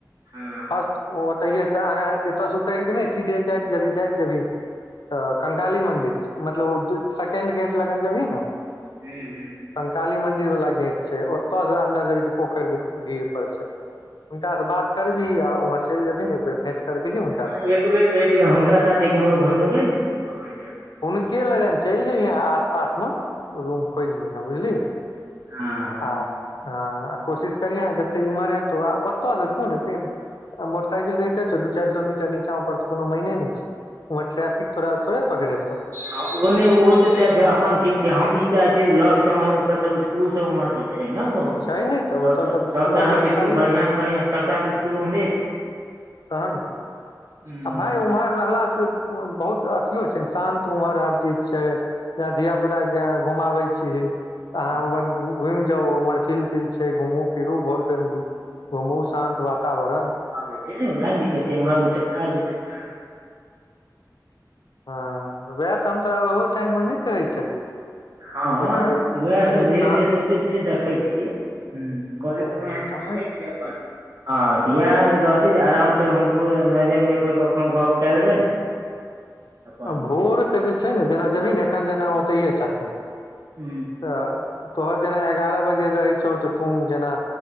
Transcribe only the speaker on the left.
जस्ट ओतहिये सँ आगाँ, एतय सँ उतरि कऽ नहि, सीधे जाइत, जेबहि जाइत, जेबहि। तऽ कंंकाली मंन्दिर मतलब ओ सेकेंड गेट लग जेबही न।
काली मंदिर वाला गेट छै, ओतय से अंन्दर जेबहि तऽ पोखर के भीड़ पर छै। हुनकासे बात करबिही आ उम्हर चलि जेबही ने एक बेर भेट करबिही।
से
हुनकर लगन चलि जइते आसपासमे। रूम खोजलिहे, बुझलिही
आ? हँ, कोशिश करिहे जतऽ इम्हर हेतौ आ ओतयसँ खुब ने। आ मोटरसाइकिल रहिते छै, दू चारि सए मीटर नीचा ऊपर कोनो मायने नहि छै। वहाँ ट्रैफिक तोरा थोड़े पकड़ेत?
छै नहि तऽ
ओतऽ
उम्हर
सब खाली
तहन
आ भाय उम्हर रहलास से। बहुत अथियो छै, शान्त ओम्हर हर चीज छै यऽ, धिया पुता। घुमाबै छी अहाँ
घुमि जाउ ओम्हर, फिल तिल छै, घुमू फिरू, भोर फेर घुमू, शान्त वातावरण।
हँ, उएह तऽ हम तोरा ओहो टाइममे नहि कहै छलियौ।
जे भाय
कनि
शान्त
हम
भोरके जे छै ने, जेना जेबी एखन जेना ओतहिए छथिन।
तऽ तोहर जेना एगारह बजे रहै छौ तऽ तू जेना